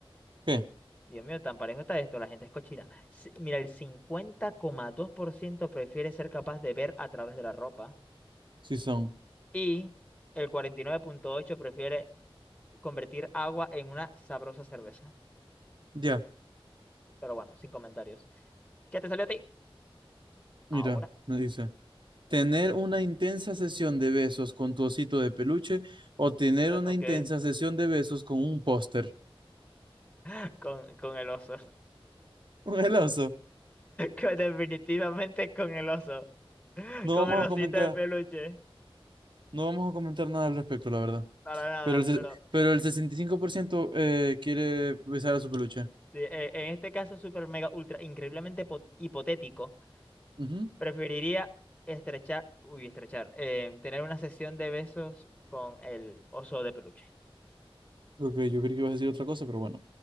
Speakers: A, on the right; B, on the left.
A: ¿Qué?
B: Dios mío, tan parejo está esto, la gente es cochina. Sí, Mira, el cincuenta coma dos por ciento prefiere ser capaz de ver a través de la ropa
A: Sí son.
B: y el 49,8% prefiere convertir agua en una sabrosa cerveza.
A: Ya,
B: Pero bueno, sin comentarios. ¿Qué te salió a ti?
A: mira,
B: Ahora.
A: me dice. Tener una intensa sesión de besos con tu osito de peluche o tener
B: Eh,
A: una
B: ok,
A: intensa sesión de besos con un póster.
B: <laughs> con, con el oso. <laughs>
A: <laughs> El oso.
B: Con- definitivamente con el oso.
A: No
B: Con
A: vamos
B: el osito
A: a comentar,
B: de peluche.
A: no vamos a comentar nada al respecto, la verdad.
B: Para nada,
A: Pero el,
B: pero
A: se- pero el 65% eh, quiere besar a su peluche.
B: sí, eh, en este caso súper mega ultra increíblemente po- hipotético.
A: Ujú.
B: Preferiría estrechar, uy, estrechar, eh, tener una sesión de besos con el oso de peluche.
A: Ok, yo creí que ibas a decir otra cosa, pero bueno.